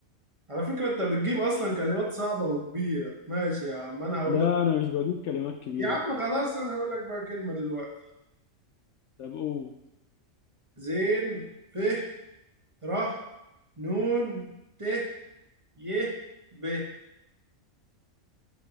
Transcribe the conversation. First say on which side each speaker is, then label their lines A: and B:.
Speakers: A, on the right; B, on the left.
A: على فكرة انت بتجيب اصلا كلمات صعبة وكبيرة ماشي يا عم انا هقول
B: لا
A: لك
B: انا مش بجيب كلمات كبيره
A: يا عم خلاص انا هقول لك بقى كلمة دلوقتي
B: طب او
A: زين ف ر نون ت ي ب